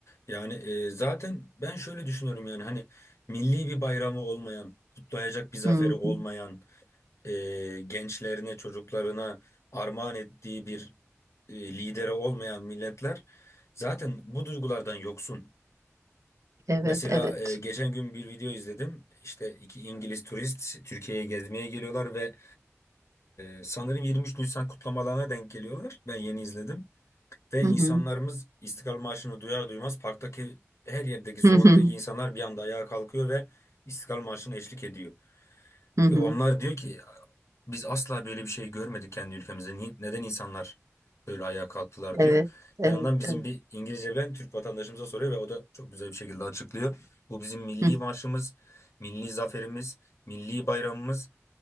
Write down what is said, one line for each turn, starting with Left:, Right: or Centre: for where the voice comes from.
Left: Yani e, zaten ben şöyle düşünüyorum yani hani milli bir bayramı olmayan, kutlayacak bir zaferi
Right: Hı
Left: olmayan,
Right: hı.
Left: e, gençlerine, çocuklarına armağan ettiği bir e, lideri olmayan milletler zaten bu duygulardan yoksun.
Right: Evet,
Left: Mesela
Right: evet.
Left: e, geçen gün bir video izledim. İşte iki İngiliz turist Türkiye'ye gezmeye geliyorlar ve e, sanırım 23 Nisan kutlamalarına denk geliyorlar. Ben yeni izledim. Ve
Right: Hı
Left: insanlarımız
Right: hı.
Left: İstiklal Marşı'nı duyar duymaz parktaki her yerdeki sokaktaki
Right: Hı hı.
Left: insanlar bir anda ayağa kalkıyor ve İstiklal Marşı'na eşlik ediyor.
Right: Hı hı.
Left: Ve onlar diyor ki biz asla böyle bir şey görmedik kendi ülkemizde. Ni- Neden insanlar böyle ayağa kalktılar
Right: Evet,
Left: diyor.
Right: evet,
Left: Yanından bizim
Right: evet.
Left: bir İngilizce bilen Türk vatandaşımıza soruyor ve o da çok güzel bir şekilde açıklıyor. Bu bizim milli
Right: Hı,
Left: marşımız, milli zaferimiz, milli bayramımız